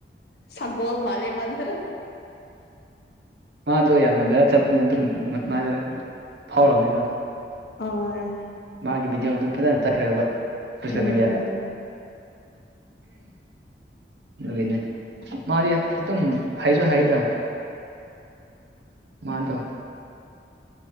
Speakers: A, on the left; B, on the right.
A: ꯁꯒꯣꯂ ꯃꯜꯦ ꯃꯗꯣ
B: ꯃꯥꯗꯣ ꯌꯥꯝꯅ ꯚꯦꯔꯥꯠ ꯆꯠꯄꯗꯨꯅ ꯑꯗꯨꯝ ꯃꯥꯗ ꯐꯥꯎꯕꯅꯤꯗꯝ
A: ꯑꯣ
B: ꯃꯥꯒꯤ ꯚꯤꯗꯤꯑꯣꯗꯣ ꯐꯖꯅ ꯆꯠꯈ꯭ꯔꯦꯕ ꯁꯣꯁꯤꯦꯜ
A: ꯎꯝ ꯎꯝ
B: ꯃꯦꯗꯤꯌꯥꯗ ꯑꯗꯨꯒꯤꯅꯦ ꯃꯥꯗꯤ ꯑꯗꯨꯝ ꯍꯥꯏꯁꯨ ꯍꯥꯏꯗ ꯃꯥꯗꯣ